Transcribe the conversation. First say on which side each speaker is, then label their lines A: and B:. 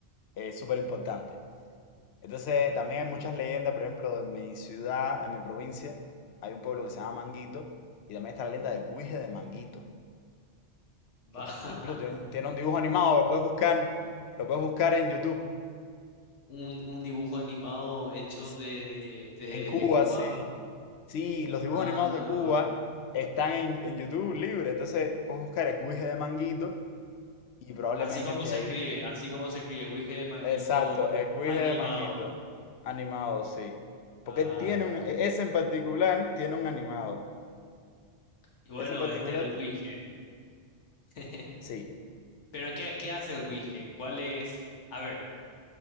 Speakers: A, on the left; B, on the left.
A: eh, súper importante. Entonces, también hay muchas leyendas, por ejemplo, en mi ciudad, en mi provincia, hay un pueblo que se llama Manguito, y también está la leyenda del Guije de Manguito,
B: Va
A: que, tam-
B: <laughs>
A: que incluso tiene un, tiene un dibujo animado, lo puedes buscar, lo puedes buscar en YouTube.
B: un, un dibujo animado hecho
A: S-
B: de, de, de-
A: En Cuba,
B: de Cuba.
A: sí. Sí, los
B: Ah,
A: dibujos animados de Cuba
B: va.
A: están en, en YouTube libre, entonces puedes buscar el Guije de Manguito y probablemente
B: Así como
A: esté
B: se
A: ahí.
B: escribe, así como se escribe, Wige de Manguito
A: Exacto, el Guije
B: animado.
A: de Manguito, animado, sí. Porque
B: Ah,
A: él tiene un, e-, ese en particular tiene un animado.
B: y bueno,
A: Ese en particular
B: este el Wige. <laughs>
A: Sí.
B: Pero ¿qué, qué hace el Wige? ¿Cuál es? A ver.